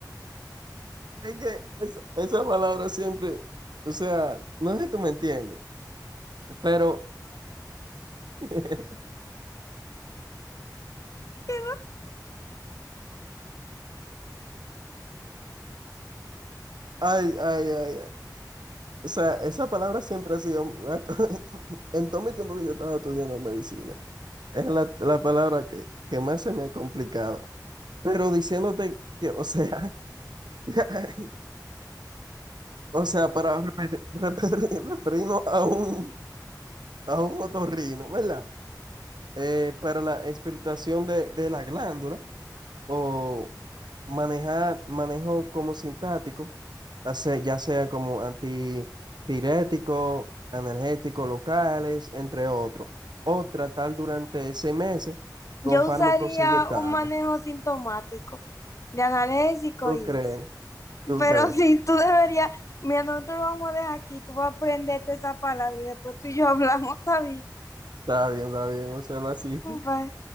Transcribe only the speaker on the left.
que
no. yo
usaría
un manejo sintomático de analésico
y
eso.
Pero
sí, tú deberías, mira, nosotros lo vamos a dejar aquí, tú vas a aprenderte esa palabra y después tú y yo hablamos, está bien.
Bye.